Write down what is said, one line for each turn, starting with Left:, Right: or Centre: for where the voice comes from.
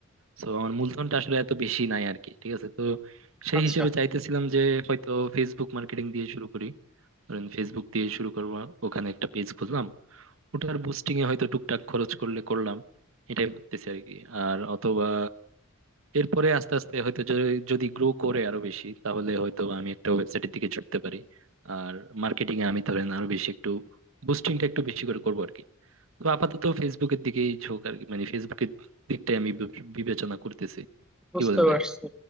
Right: তো আমার মূলধনটা আসলে এত বেশি নাই আর কি ঠিক আছে তো সেই
Centre: আচ্ছা
Right: হিসেবে চাইতেছিলাম যে হয়তো ফেসবুক মার্কেটিং দিয়ে শুরু করি ধরেন ফেসবুক দিয়ে শুরু করবো ওখানে একটা পেজ খুললাম ওটার বুস্টিং এ হয়তো টুকটাক খরচ করলে করলাম এটাই ভাবতেছি আর কি আর অথবা এরপরে আস্তে আস্তে হয়তো য- যদি গ্রো করে আরো বেশি তাহলে হয়তো আমি একটা ওয়েবসাইটের দিকে ঝুঁকতে পারি আর মার্কেটিং এ আমি ধরেন আরো বেশি একটু বুস্টিংটা একটু বেশি করে করবো আর কি তো আপাতত ফেসবুকের দিকেই ঝোঁক আর কি মানে ফেসবুকের দিকটাই আমি বি- বিবেচনা করতেছি
Centre: বুঝতে
Right: কি বলেন ভাই
Centre: পারছি